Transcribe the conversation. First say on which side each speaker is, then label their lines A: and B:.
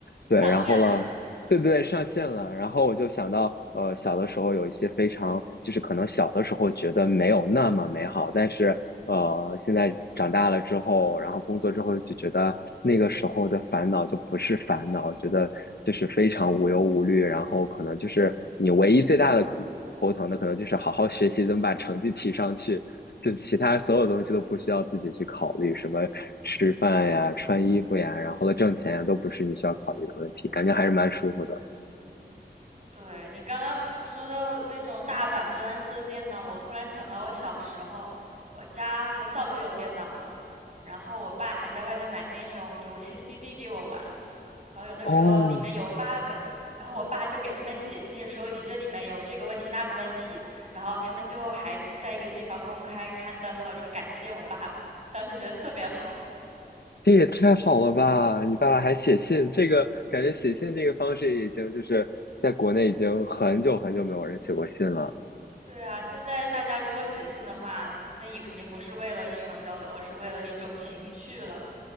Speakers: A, on the left; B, on the right.
A: 对，
B: 上线了。
A: 然后了，对对对，上线了。然后我就想到，呃，小的时候有一些非常，就是可能小的时候觉得没有那么美好，但是呃，现在长大了之后，然后工作之后就觉得那个时候的烦恼就不是烦恼，觉得就是非常无忧无虑。然后可能就是你唯一最大的可头疼的，可能就是好好学习，怎么把成绩提上去。就其他所有东西都不需要自己去考虑，什么吃饭呀、穿衣服呀，然后了挣钱呀，都不是你需要考虑的问题，感觉还是蛮舒服的。
B: 对，你刚刚说到那种大板砖式的电脑，我突然想到我小时候，我家很早就有电脑了，然后我爸还在外面买那种游戏 CD 给我玩，然后有的时候里面有
A: 哦，
B: bug，然后我爸就给他们写信说你这里面有这个问题那个问题，然后他们最后还在一个地方公开刊登了，说感谢我爸爸，当时觉得特别好。
A: 这也太好了吧！你爸爸还写信，这个感觉写信这个方式已经就是在国内已经很久很久没有人写过信了。
B: 对啊，现在大家如果写信的话，那也肯定不是为了日常交流，而是为了一种情趣了。